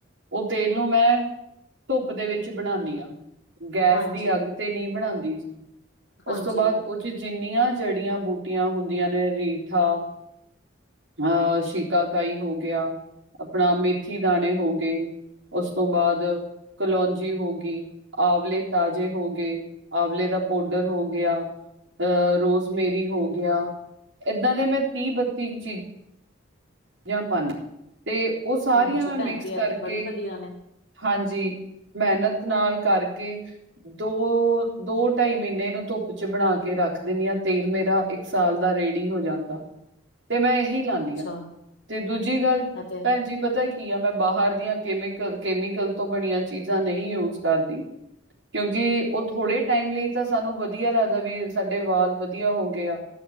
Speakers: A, on the right (about 70°); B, on the left (about 65°).
A: ਉਹ ਤੇਲ ਨੂੰ ਮੈਂ ਧੁੱਪ ਦੇ ਵਿੱਚ ਬਣਾਉਨੀ ਆ ਗੈਸ
B: ਹਾਂਜੀ
A: ਦੀ ਅੱਗ ਤੇ ਨਹੀਂ ਬਣਾਦੀ
B: ਹਾਂਜੀ
A: ਉਸ ਤੋਂ ਬਾਅਦ ਜਿੰਨੀਆਂ ਜੜੀਆਂ ਬੂਟੀਆਂ ਹੁੰਦੀਆਂ ਨੇ ਰੀਠਾ ਅ ਸ਼ਿਕਾਕਾਈ ਹੋ ਗਿਆ ਆਪਣਾ ਮੇਥੀ ਦਾਣੇ ਹੋ ਗਏ ਉਸ ਤੋਂ ਬਾਅਦ ਕਲੋਂ ਹੋ ਗਈ ਆਵਲੇ ਤਾਜ਼ੇ ਹੋ ਗਏ, ਆਵਲੇ ਦਾ ਪਾੋਡਰ ਹੋ ਗਿਆ ਅਹ ਰੋਜ਼ਮੇਰੀ ਹੋ ਗਿਆ ਇੱਦਾਂ ਦੇ ਮੈਂ ਤੀਹ ਬੱਤੀ ਚੀਜ਼ਾਂ ਜਾਂ ਭਾਨ ਤੇ ਉਹ ਸਾਰੀਆਂ
B: ਹਾਂਜੀ
A: ਮੈਂ
B: ਭੈਣ
A: ਮਿਕਸ
B: ਜੀ ਇਹ
A: ਕਰਕੇ
B: ਤੇ ਬੜੀ ਵਧੀਆ ਨੇ
A: ਹਾਂਜੀ ਮਿਹਨਤ ਨਾਲ ਕਰਕੇ ਦੋ -ਦੋ ਢਾਈ ਮਹੀਨੇ ਇਹਨੂੰ ਧੁੱਪ 'ਚ ਬਣਾ ਕੇ ਰੱਖ ਦਿੰਦੀ ਹਾਂ ਤੇਲ ਮੇਰਾ ਇੱਕ ਇੱਕ ਸਾਲ ਦਾ ਰੇਡੀ ਹੋ ਜਾਂਦਾ ਤੇ ਮੈਂ ਇਹੀ ਲਾਨੀ
B: ਅੱਛਾ
A: ਆ। ਤੇ ਦੂਜੀ ਗੱਲ
B: ਅਤੇ
A: ਭੈਣ ਹਾਂਜੀ ਪਤਾ ਕੀ ਆ ਮੈਂ ਬਾਹਰ ਦੀਆਂ ਕਮੀਕਲ ਕੈਮੀਕਲ ਤੋਂ ਬਣੀਆਂ ਚੀਜ਼ਾਂ ਨਹੀਂ ਯੂਜ ਕਰਦੀ ਕਿਉਂਕਿ ਉਹ ਥੋੜੇ ਟਾਈਮ ਲਈ ਤਾਂ ਸਾਨੂੰ ਵਧੀਆ ਲੱਗਦਾ ਵੀ ਸਾਡੇ ਵਾਲ ਵਧੀਆ ਹੋ ਗਏ ਆ